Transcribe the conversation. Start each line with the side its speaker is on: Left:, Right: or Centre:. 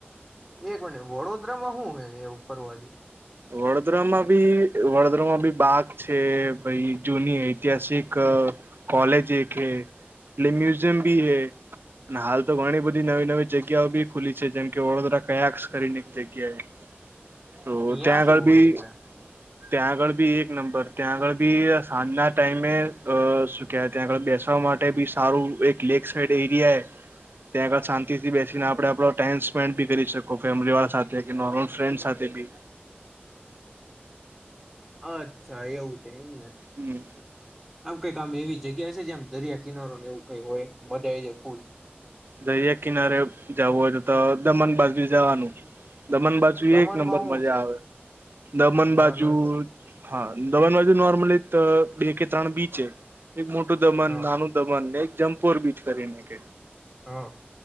Centre: એક મિનિટ વડોદરામાં શું હ ને એવું ફરવા જેવું
Right: વડોદરામાં બી વડોદરામાં બી બાગ છે ભાઈ જૂની ઐતિહાસિક કોલેજ એક હૈ લ મ્યુઝિયમ ભી હૈ અને હાલ તો ઘણી બધી નવી નવી જગ્યાઓ બી ખુલી છે જેમ કે વડોદરા કયા કરીની જગ્યાએ તો
Centre: ત્યાં શું
Right: આગળ
Centre: હોય
Right: બી
Centre: એટલે
Right: ત્યાં આગળ બી એક નંબર ત્યાં આગળ બી સાંજના ટાઈમે સુક્યા ત્યાં આગળ બેસ માટે બી સારું એક લેક સાઈડ એરિયા ત્યાં આગળ શાંતિ થી બેસીને આપણે આપો ટાઈમ સ્પેન્ડી કરી શકો ફેમિલી વાળા સાથે નોર્મલ ફ્રેન્ડ સાથે બી
Centre: અચ્છા એવું છે એમને
Right: હમ
Centre: કઈક આમ એવી જગ્યા હ છે જેમ દરિયા કિનારો ને એવું કઈ હોય મજા આવી જાય ફૂલ
Right: દરિયા કિનારે જવું હોય તો તો દમણ બાજુ જવાનું દમણ બાજુ
Centre: દમણમાં
Right: એક નંબર
Centre: હું
Right: મજા
Centre: છે
Right: આવે
Centre: એટલે
Right: દમણ
Centre: ન્યાનો
Right: બાજુ
Centre: એટલે
Right: હા દમણ બાજુ નોર્મલી બે કે ત્રણ બીચ છે એક મોટું દમન
Centre: હા
Right: નાનું દમન ને એક જમ્પોર બીચ કરીને ક
Centre: હા